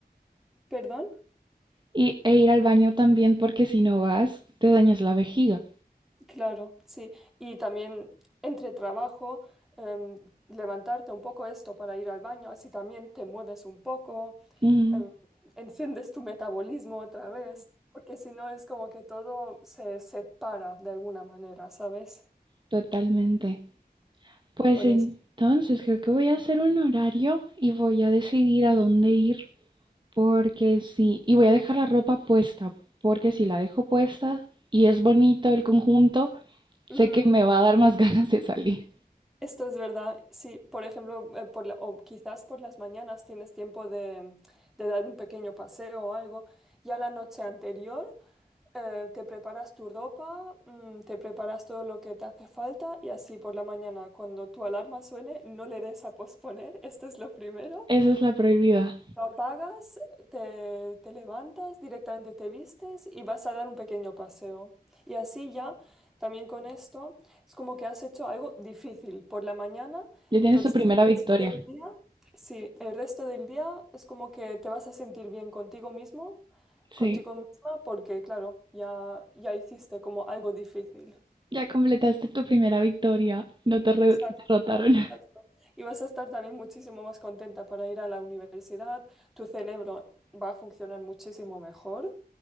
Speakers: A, in the centre; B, on the right.
A: perdón,
B: Y, e ir al baño también porque si no vas, te dañas la vejiga.
A: claro, sí. Y también entre trabajo, em, levantarte un poco esto para ir al baño, así también te mueves un poco.
B: Ujú,
A: em, enciendes tu metabolismo otra vez, porque si no es como que todo se separa de alguna manera, ¿sabes?
B: totalmente. Pues
A: Por
B: entonces
A: eso.
B: creo que voy a hacer un horario y voy a decidir a dónde ir porque sí, y voy a dejar la ropa puesta porque si la dejo puesta y es bonito el conjunto, sé
A: Ujú.
B: que me va a dar más <laughs> ganas de salir.
A: Esto es verdad. Sí, por ejemplo, eh, por la- o quizás por las mañanas tienes tiempo de, de dar un pequeño paseo o algo. Ya la noche anterior eh, te preparas tu ropa, mm, te preparas todo lo que te hace falta y así por la mañana, cuando tu alarma suene, no le des a posponer. Esto es lo primero.
B: Esa es la prohibida.
A: Lo apagas, te, te levantas, directamente te vistes y vas a dar un pequeño paseo. Y así ya, también con esto, es como que has hecho algo difícil por la mañana,
B: Ya
A: entonces
B: tienes tu primera victoria.
A: el resto del día, sí, el resto del día es como que te vas a sentir bien contigo mismo,
B: Sí,
A: contigo misma, porque claro, ya, ya hiciste como algo difícil.
B: ya completaste tu primera victoria. No te re-
A: Exacto,
B: derrotaron.
A: exacto. Y vas a estar también muchísimo más contenta para ir a la universidad. Tu cerebro va a funcionar muchísimo mejor.